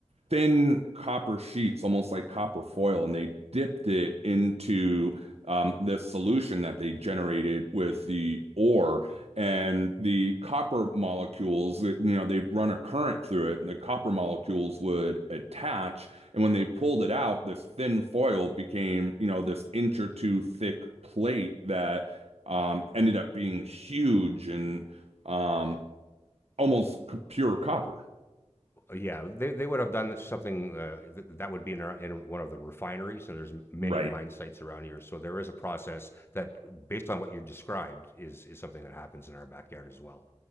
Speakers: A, on the right; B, on the left.
A: thin copper sheets, almost like copper foil, and they dipped it into um, this solution that they generated with the ore. And the copper molecules, you know, they'd run a current through it, and the copper molecules would attach. And when they pulled it out, this thin foil became, you know, this inch or two thick plate that um, ended up being huge and um, almost pure copper.
B: uh, yeah they, they would have done something uh, th- that would be in, our, in one of the refineries and there's many
A: Right.
B: mine sites around here, so there is a process that based on what you described is is something that happens in our backyard as well.